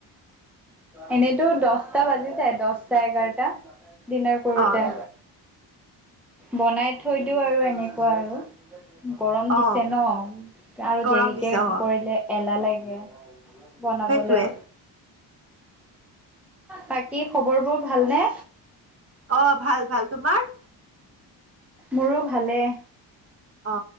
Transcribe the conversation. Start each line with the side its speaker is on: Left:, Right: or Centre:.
Centre: এনেতো দহটা বাজি যায় দহটা এঘাৰটা। ডিনাৰ কৰোতে
Right: অ
Centre: বনাই থৈ দিও আৰু এনেকুৱা আৰু। গৰম
Right: অ
Centre: দিছে ন আৰু
Right: গৰম
Centre: দেৰিকে
Right: দিছে অ
Centre: কৰিলে এলাহ লাগে। বনাবলে
Right: সেইটোৱে
Centre: অ, বাকী খবৰ বোৰ ভালনে?
Right: অ ভাল ভাল তোমাৰ।
Centre: মোৰো ভালেই।
Right: অ